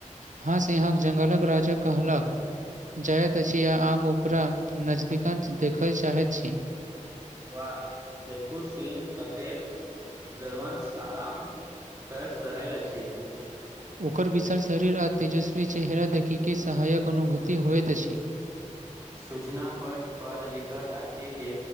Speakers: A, on the right; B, on the right.
A: हँ सिंघक जङ्गलक राजा कहलक जाइत अछि आ हम ओकरा नजदीकन सँ देखय चाहैत छी
B: वाह देखू सिंह कतेक गरवंश आराम केस रहल अछि
A: ओकर विशाल शरीर आ तेजस्वी चेहरा देखिके सहायक अनुभूति होइत अछि
B: सूचना पत्रपर लिखैत अछि जे